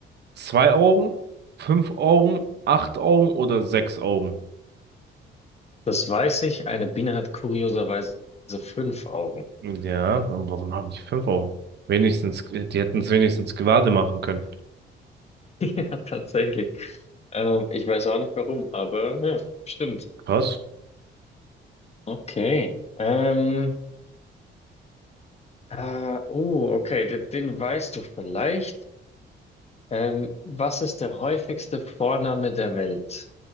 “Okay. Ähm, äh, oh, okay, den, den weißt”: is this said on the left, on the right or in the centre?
Left